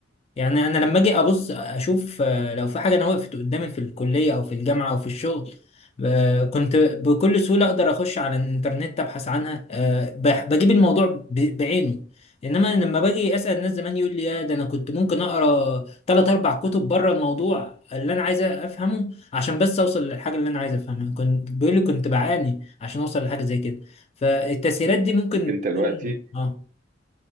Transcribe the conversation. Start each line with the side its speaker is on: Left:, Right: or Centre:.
Left: يعني انا لما اجي ابص اشوف آه، لو في حاجه انا وقفت قدامي في الكليه او في الجامعه او في الشغل آه، كنت بكل سهوله اقدر اخش على الانترنت ابحث عنها آه، ب- بجيب الموضوع ب- بعينه انما لما باجي اسال ناس زمان يقول لي يا ده انا كنت ممكن اقرا ثلاث اربع كتب بره الموضوع اللي انا عايز افهمه عشان بس اوصل للحاجه اللي انا عايز افهمها كنت بيقول لي كنت بعاني عشان اوصل لحاجه زي كده فالتسهيلات دي ممكن
Right: شوف انت
Left: تكون
Right: دلوقتي
Left: اه